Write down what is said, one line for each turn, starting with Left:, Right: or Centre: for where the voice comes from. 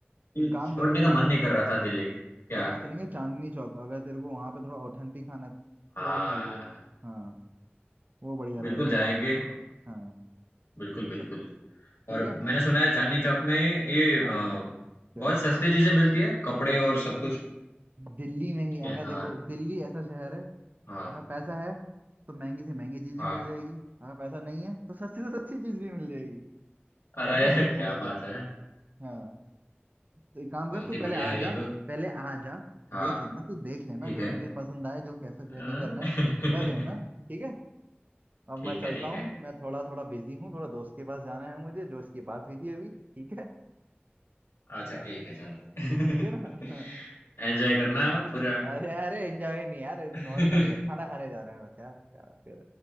Left: कि
Right: एक काम
Left: छोड़ने
Right: करेंगे
Left: का
Right: ना
Left: मन नहीं कर रहा था दिल्ली क्या
Right: अपना चलेंगे चांदनी चौक अगर तेरे को वहां पे थोड़ा ऑथेंटिक खाना है, तो
Left: हाँ
Right: वो खा लियो हाँ वो बढ़िया
Left: बिल्कुल
Right: रहेगा
Left: जाएंगे
Right: हाँ
Left: बिल्कुल बिल्कुल
Right: स- ठीक
Left: और
Right: है
Left: मैंने सुना है चांदनी चौक में ये अ,
Right: हाँ क्या
Left: बहुत सस्ती चीजें मिलती है कपड़े और सब कुछ
Right: दिल्ली में ही
Left: क्या-
Right: अगर
Left: अ,
Right: देखो दिल्ली ऐसा शहर है
Left: हाँ
Right: अगर पैसा है तो महंगी से महंगी चीज
Left: हाँ
Right: भी मिल जाएगी अगर पैसा नहीं है तो सस्ती से सस्ती चीज भी मिल जाएगी
Left: अरे
Right: बजट के
Left: <laughs>
Right: ऊपर
Left: क्या
Right: है सर
Left: बात है
Right: हाँ तो एक काम
Left: बहुत
Right: कर तू
Left: ही
Right: पहले
Left: बढ़िया
Right: आ
Left: है ये
Right: जा
Left: तो
Right: पहले आ जा
Left: हाँ
Right: देख लेना तू देख लेना
Left: ठीक
Right: जो
Left: है
Right: तुझे पसंद आए जो कैसे जो
Left: अ,
Right: भी करना
Left: <laughs>
Right: है कर लेना ठीक है अब
Left: ठीक
Right: मैं चलता
Left: है, ठीक
Right: हूँ
Left: है।
Right: मैं थोड़ा थोड़ा बिजी हूँ थोड़ा दोस्त के पास जाना है मुझे जो उसकी बात हुई थी अभी ठीक है
Left: अच्छा ठीक है, चलो।
Right: ठीक है ना
Left: <laughs> एन्जॉय करना पूरा।
Right: <laughs> अरे अरे एंजॉय नहीं यार नॉर्मल
Left: <laughs>
Right: है खाना खाने जा रहे हैं बस यार क्या